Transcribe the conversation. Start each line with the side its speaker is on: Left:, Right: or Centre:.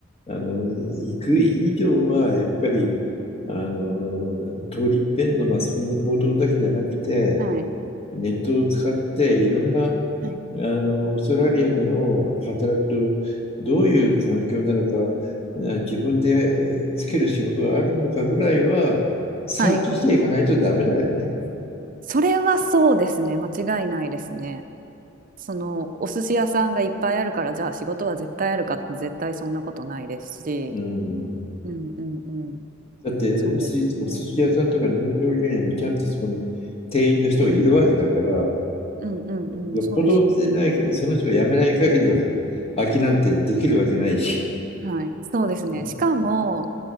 Left: あの、行く以上は、やっぱり、あの、通り一遍のマスコミの報道だけじゃなくて、
Right: はい、
Left: ネットを使って、いろんな、あ
Right: はい
Left: の、オーストラリアでの働くと、どういう環境なのか、な自分でえーつける仕事があるのかぐらいは、サーチしていかないとダメだよね。
Right: はいそれはそうですね間違いないですね。そのお寿司屋さんがいっぱいあるからじゃあ仕事は絶対あるかって絶対そんなことないですし、
Left: うん。
Right: うんうんうん、
Left: だって、
Right: そうですね。
Left: お寿司、お寿司屋さんとか日本料理屋にもちゃんとそこに店員の人がいるわけだから、
Right: うんうんうん、
Left: よっぽどでないか、
Right: そうですね。
Left: その人が辞めない限りは、空きなんてできるわけないし。
Right: はい、そうですね。
Left: うん
Right: しかも、